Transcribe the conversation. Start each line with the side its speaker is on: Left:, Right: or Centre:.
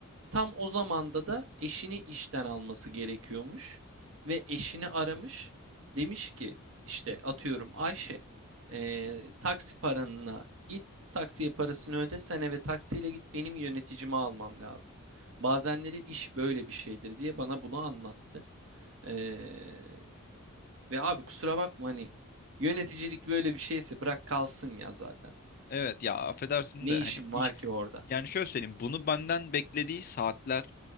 Right: Tam o zamanda da eşini işten alması gerekiyormuş ve eşini aramış. Demiş ki işte atıyorum Ayşe eee, taksi paranına git taksiye parasını öde sen eve taksiyle git benim yöneticimi almam lazım. Bazenleri iş böyle bir şeydir diye bana bunu anlattı. Eee, ve abi kusura bakma hani yöneticilik böyle bir şeyse bırak kalsın ya zaten.
Left: Evet ya affedersin
Right: Ne
Left: de
Right: işim
Left: hani iş
Right: var ki orada?
Left: yani şöyle söyleyeyim bunu benden beklediği saatler